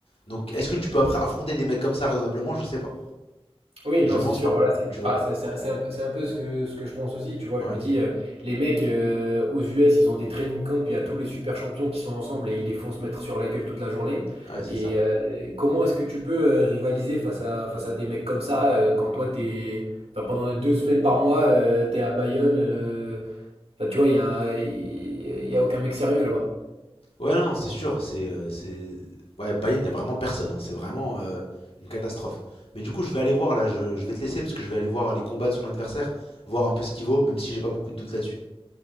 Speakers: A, on the left; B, on the right.
A: Donc, est-ce que tu peux après affronter des mecs comme ça raisonnablement? Je sais pas.
B: Oui,
A: Je
B: non,
A: pense
B: c'est sûr,
A: pas.
B: voilà, c'est
A: Tu vois.
B: pas, c'est c'est un, c'est un peu c'est un peu ce que, ce que je pense aussi, tu vois,
A: Ouais,
B: je me dis, euh, les mecs euh, aux US, ils ont des training camps, il y a tous les super champions qui sont ensemble et ils les font se mettre sur la gueule toute la journée,
A: ouais, c'est
B: et
A: ça.
B: euh, comment est-ce que tu peux euh, rivaliser face à, face à des mecs comme ça, euh, quand toi, t'es, enfin, pendant deux semaines par mois, euh, t'es à Bayonne, euh, enfin, tu vois, il y a, il y a aucun mec sérieux là-bas.
A: Ouais, non, c'est sûr. C'est, euh, c'est... Ouais, Bayern, il n'y a vraiment personne. hein. C'est vraiment euh, une catastrophe. Mais du coup, je vais aller voir, là, je, je vais te laisser, parce que je vais aller voir les combats de son adversaire, voir un peu ce qu'il vaut, même si j'ai pas beaucoup de doutes là-dessus.